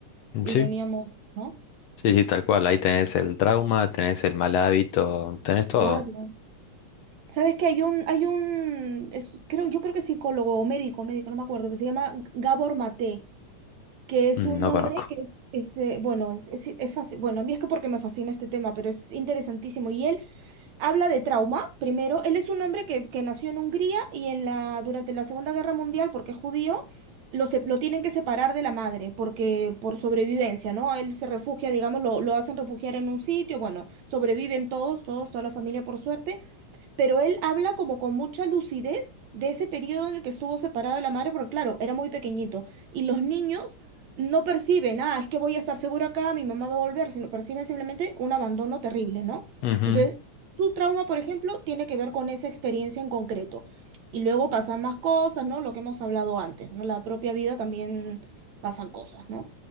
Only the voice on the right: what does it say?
ironía
móvil, ¿no?
Claro. ¿Sabes que hay un, hay un, es- creo, yo creo que es psicólogo o médico, médico, no me acuerdo, que se llama Gabor Maté, que es
un
hombre
que es, es, eh, bueno, es, es, es fácil, bueno, a mí es que porque me fascina este tema, pero es interesantísimo. Y él habla de trauma, primero, él es un hombre que, que nació en Hungría y en la, durante la Segunda Guerra Mundial, porque es judío, lo, se- lo tienen que separar de la madre, porque por sobrevivencia, ¿no? Él se refugia, digamos, lo, lo hacen refugiar en un sitio, bueno, sobreviven todos, todos, toda la familia por suerte, pero él habla como con mucha lucidez de ese periodo en el que estuvo separado de la madre, porque claro, era muy pequeñito. Y los niños no perciben, ah, es que voy a estar seguro acá, mi mamá va a volver, sino perciben simplemente un abandono terrible, ¿no?
Entonces, su trauma, por ejemplo, tiene que ver con esa experiencia en concreto. Y luego pasan más cosas, ¿no? Lo que hemos hablado antes, ¿no? La propia vida también pasan cosas, ¿no?